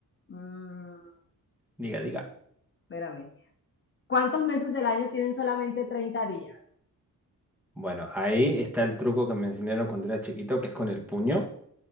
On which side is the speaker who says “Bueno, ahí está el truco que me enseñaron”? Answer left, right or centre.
Centre